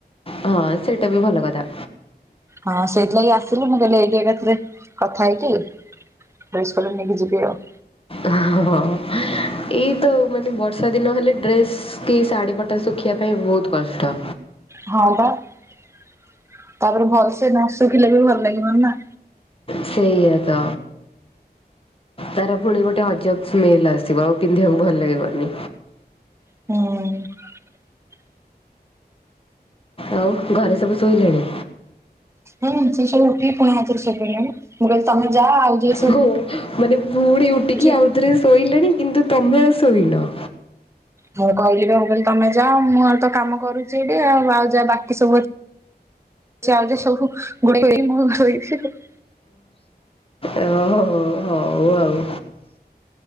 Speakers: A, on the left; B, on the right.
A: ହଁ ସେଇଟା ବି ଭଲ କଥା।
B: ହଁ ସେଇଥିଲାଗି ଆସିଲି ମୁଁ କହିଲି ଏଇଠି ଏକାଥରେ କଥା ହେଇକି ଡ୍ରେସ୍ ପତ୍ର ନେଇକି ଯିବି ଆଉ।
A: ହଁ ଏଇ ତ ମାନେ ବର୍ଷା ଦିନ ହେଲେ ଡ୍ରେସ୍ କି ଶାଢୀ ପଟା ଶୁଖିବା ପାଇଁ ବହୁତ କଷ୍ଟ।
B: ହଁ ବା ତାପରେ ଭଲସେ ନ ଶୁଖିଲେ ବି ଭଲ ଲାଗିବନି ନା।
A: ସେଇଆ ତ। ତାର ପୁଣି ଗୋଟେ ଅଜବ ସ୍ମେଲ ଆସିବ ଆଉ ପିନ୍ଧିବାକୁ ଭଲ ଲାଗିବନି।
B: ହୁଁ।
A: ଆଉ ଘରେ ସବୁ ଶୋଇଲେଣି।
B: ହୁଁ ସେ ସବୁ ଉଠିକି ପୁଣି ଆଥରେ ଶୋଇ ପଇଲେଣି ମୁଁ କହିଲି ତମେ ଯାଅ ଆଉ ଯିଏ
A: ହୁଁ ମାନେ ପୁଣି ଉଠିକି
B: ଆଉ।
A: ଆଉଥରେ ଶୋଇଲେଣି କିନ୍ତୁ ତମେ ଆଉ ଶୋଇନ।
B: ମୁଁ କହିଲି ବା ମୁଁ କହିଲି ତମେ ଯାଅ ମୁଁ ଆଉ ତ କାମ କରୁଛି ଏଠି ଆଉ ଆଉ ଯା ବାକି ସବୁ ଅ <unintelligible>
A: ଓହୋ ହୋଉ ଆଉ।